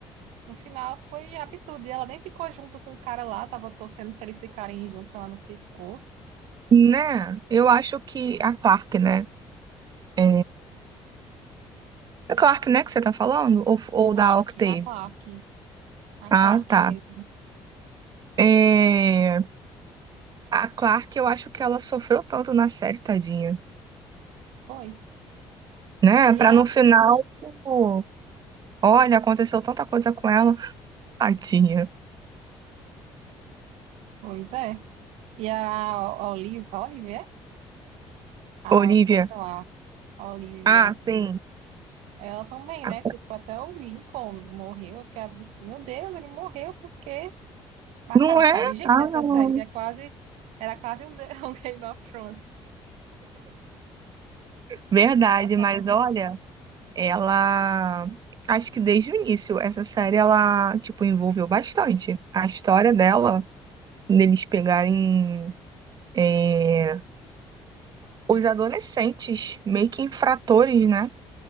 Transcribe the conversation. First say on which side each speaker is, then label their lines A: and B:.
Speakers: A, on the right (about 80°); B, on the right (about 40°).
A: No final foi absurdo. E ela nem ficou junto com o cara lá, tava torcendo pra eles ficarem juntos, ela não ficou.
B: né? Eu acho que a Clark, né? É... A Clark, né, que você tá falando? Ou, ou
A: Clark,
B: da Octave?
A: a Clark, a
B: Ah,
A: Clark
B: tá.
A: mesmo.
B: É, A Clark, eu acho que ela sofreu tanto na série, tadinha,
A: Foi.
B: né?
A: E
B: Pra
A: a
B: no
A: menina.
B: final, pô, olha, aconteceu tanta coisa com ela, tadinha.
A: Pois é. E a Olivia, Olivia, a
B: Olivia.
A: outra lá, a Olivia,
B: Ah, sim.
A: ela também,
B: Ah,
A: né? Tipo, até o Lincoln morreu. Eu fiquei, abs- meu Deus, ele morreu porque mataram
B: Não
A: um
B: é?
A: bocado de gente
B: Ah,
A: nessa
B: não.
A: série, que é quase. Era quase um, The- <laughs> um Game of Thrones.
B: Verdade,
A: Matava.
B: mas olha, ela. Acho que desde o início, essa série, ela, tipo, envolveu bastante. A história dela, deles pegarem. é, Os adolescentes, meio que infratores, né?